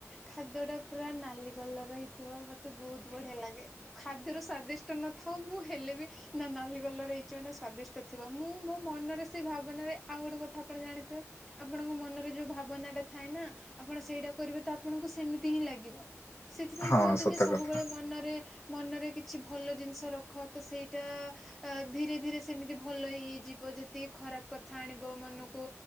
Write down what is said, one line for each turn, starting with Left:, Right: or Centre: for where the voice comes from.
Centre: ଖାଦ୍ୟ ଟା ପୁରା ନାଲି କଲର ହେଇ ଥିବ ମତେ ବହୁତ ବଢିଆ ଲାଗେ ଖାଦ୍ୟର ସ୍ଵାଦିଷ୍ଟ ନଥାଉ ମୁଁ ହେଲେ ବି ନା ନା ଲି କଲର ହେଇଛି ମାନେ ସଦିଷ୍ଟ ଥିବ ମୁଁ ମୋ ମନ ରେ ସେଇ ଭାବନାରେ ଆଉ ଗୋଟେ କଥା ଆପଣ ଜାଣିଥିବେ ଆପଣଙ୍କ ମନ ରେ ଯୋଉ ଭାବନା ଟା ଥାଏ ନା ଆପଣ ସେଇଟା କରିବେ ତ ଆପଣଙ୍କୁ ସେମିତି ହିଁ ଲାଗିବ। ସେଥିପାଇଁ
Left: ହଁ
Centre: କୁହନ୍ତିନି
Left: ସତ
Centre: ସବୁବେଳେ
Left: କଥା
Centre: ମନରେ। ମନରେ କିଛି ଭଲ ଜିନିଷ ରଖ ତ ସେଇଟା। ଧୀରେ ଧୀରେ ସେମିତି ଭଲ ହେଇ ହେଇ ଯିବ ଯେତିକି ଖରାପ କଥା ଆଣିବ ମନକୁ